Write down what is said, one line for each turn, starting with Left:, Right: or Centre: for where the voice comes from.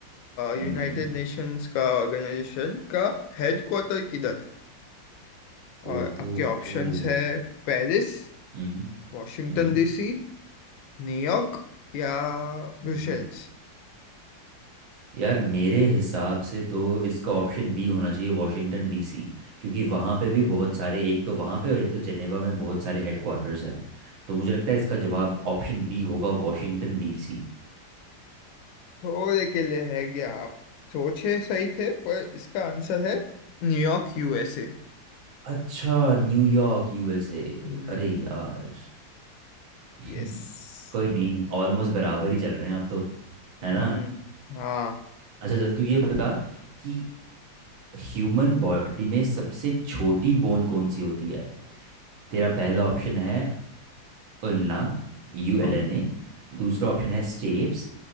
Left: यूनाइटेड
Right: हम्म
Left: नेशंस का ऑर्गेनाइजेशन का हेडक्वार्टर किधर
Right: ओ,
Left: और आपके ऑप्शंस
Right: ओ,
Left: है पेरिस
Right: ओ,
Left: वॉशिंगटन
Right: हम्म
Left: डीसी न्यूयॉर्क या
Right: हम्म।
Left: ब्रुसेल्स
Right: यार मेरे हिसाब से तो इसका ऑप्शन बी होना चाहिए वॉशिंगटन डीसी क्योंकि वहाँ पे भी बहुत सारे एक तो वहाँ पे और एक तो जेनेवा में बहुत सारे हेडक्वार्टर्स हैं तो मुझे लगता है इसका जवाब ऑप्शन बी होगा वॉशिंगटन डीसी
Left: थोड़े के लिए है गया आप सोचे सही थे पर इसका आंसर है New York USA
Right: अच्छा न्यूयॉर्क यूएसए
Left: Hmm
Right: अरे यार <laughs>
Left: Yes
Right: कोई नहीं ऑलमोस्ट बराबर ही चल रहे हैं अब तो है ना
Left: Hmm हाँ
Right: अच्छा चल तू ये बता कि ह्यूमन बॉडी में सबसे छोटी बोन कौन सी होती है तेरा पहला ऑप्शन है ulna U
Left: हाँ
Right: L N A दूसरा ऑप्शन है स्टेप्स